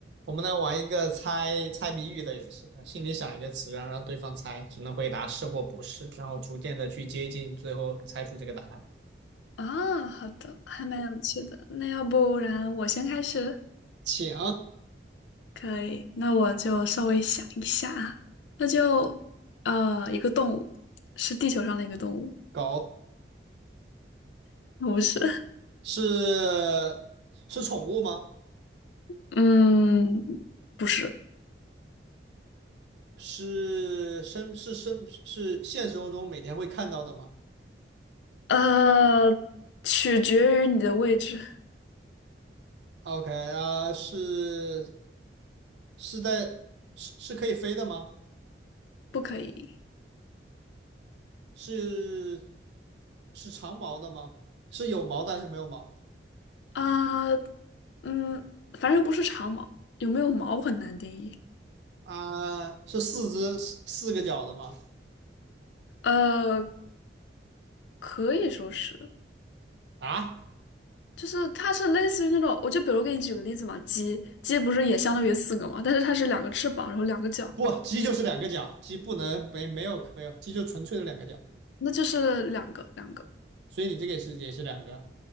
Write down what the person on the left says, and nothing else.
啊，好的，还蛮有趣的。那要不然我先开始，
可以？那我就稍微想一下啊，那就呃，一个动物，是地球上的一个动物，
不是？<laughs>
嗯，不是。
呃，取决于你的位置，
不可以。
啊，嗯，反正不是长毛，有没有毛很难定义。
呃，可以说是。
就是它是类似于那种，我就比如给你举个例子嘛，鸡鸡不是也相当于四个嘛，但是它是两个翅膀，然后两个脚，
那就是两个两个，